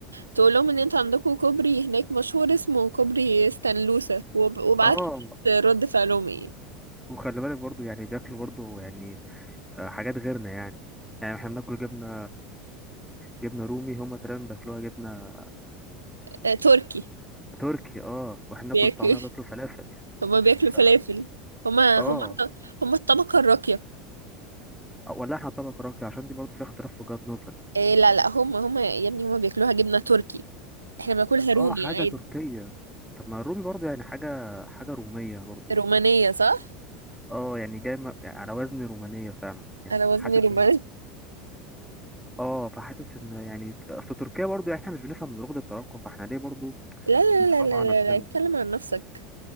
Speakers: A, on the right; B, in the centre.
A: تقول لهم ان انت عندكم كوبري هناك مشهور اسمه كوبري ستانلوسا وب... وابعت
B: اه
A: لي كده رد فعلهم ايه
B: وخلي بالك برضو يعني بياكلوا برضو يعني آه، حاجات غيرنا يعني يعني احنا بناكل جبنة جبنة رومي هما تقريبا بياكلوها جبنة
A: آه، تركي
B: تركي اه واحنا بناكل
A: بياكل
B: الطعمية بياكلوا
A: <laughs>
B: فلافل يعني
A: هما بياكلوا فلافل
B: ف
A: هما
B: اه
A: هما الط- هما الطبقه الراقيه
B: ولا احنا طبق راقي عشان دي برضو فيها اختلاف في وجهات نظري
A: إيه لا لا هما هما يا ابني هما بياكلوها جبنه تركي احنا بناكلها رومي
B: اه حاجة
A: عادي
B: تركية طب ما الرومي برضو يعني حاجة حاجة رومية برضو
A: رومانيه صح
B: اه يعني جاي م- يعني على وزن رومانية فعلا يعني
A: انا وزني
B: حاسس
A: روماني
B: ان اه فحاسس ان يعني اصل تركيا برضو يعني احنا مش بنفهم من لغة التراكم فاحنا ليه برضو
A: لا لا
B: نصعبها
A: لا لا
B: على
A: لا
B: نفسنا
A: لا اتكلم عن نفسك